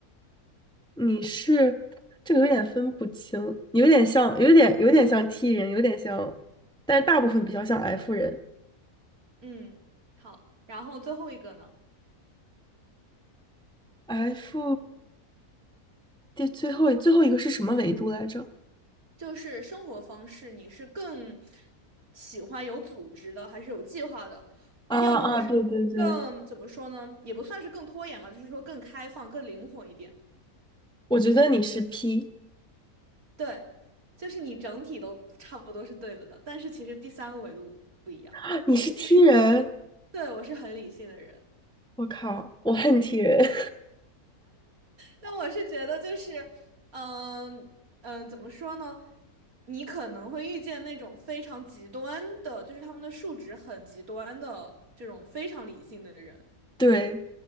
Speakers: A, in the centre; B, on the right.
A: 你是这个有点分不清，有点像，有点有点像 T 人，有点像，但是大部分比较像 F 人。
B: 嗯，好，然后最后一个呢，
A: F 第最后最后一个是什么维度来着？
B: 就是生活方式，你是更喜欢有组织的，还是有计划的？
A: 啊啊，
B: 要么是更，
A: 对对对，
B: 怎么说呢，也不算是更拖延嘛，就是说更开放、更灵活一点。
A: 我觉得你是 P，
B: 对，就是你整体都差不多是对了的，但是其实第三个维度不一样。
A: <laughs> 你是
B: 我是，
A: T 人，
B: 对，我是很理性的人。
A: 我靠，我恨 T 人。
B: 但我是觉得就是，嗯嗯，怎么说呢？你可能会遇见那种非常极端的，就是他们的数值很极端的这种非常理性的人。
A: <laughs> 对